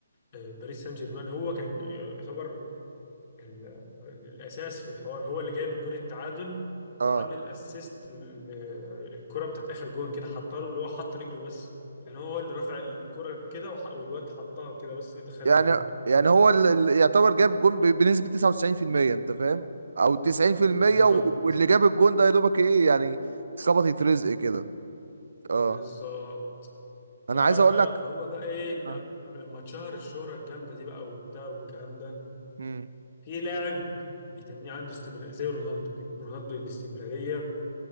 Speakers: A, on the left (about 40°); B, on the right (about 60°).
A: آه، باريس سان جيرمان هو كان يعتبر ال- الاساس في الحوار هو اللي جايب الجون التعادل
B: اه
A: وعامل اسيست الكرة بتاعت اخر جون كده حطها له اللي هو حط رجله بس يعني هو اللي رفع الكرة كده وح- والواد حطها كده بس دخلها
B: يعني
A: جون
B: يعني هو اللي يعتبر جاب جون ب- بنسبة 99% انت فاهم او 90%
A: بالظبط
B: و- واللي جاب الجون ده يا دوبك ايه يعني خبطت رزق كده اه
A: بالظبط
B: انا
A: ف-
B: عايز اقول لك
A: فهو بقى ايه لا-
B: آه.
A: لما اتشهر الشهرة الجامدة دي بقى وبتاع والكلام ده
B: مم.
A: في لاعب بيتنيه عنده استمرارية زي رونالدو كده رونالدو الاستمرارية